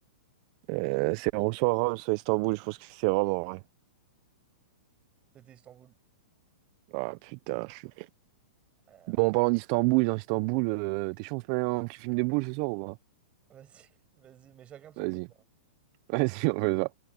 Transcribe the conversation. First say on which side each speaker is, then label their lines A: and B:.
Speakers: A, on the right (about 40°); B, on the right (about 20°).
A: Euh, c'est soit Rome, soit Istanbul. Je pense que c'est Rome en vrai.
B: C'était Istanbul.
A: Ah, putain. je suis-
B: Euh,
A: Bon,
B: ouais.
A: en parlant d'Istanbul, dans Istanbul, euh, t'es chaud, on se met un petit film de boules ce soir ou pas?
B: Vas-y, <laughs> vas-y, mais chacun de son
A: Vas-y.
B: côté.
A: <laughs> Vas-y, on fait ça.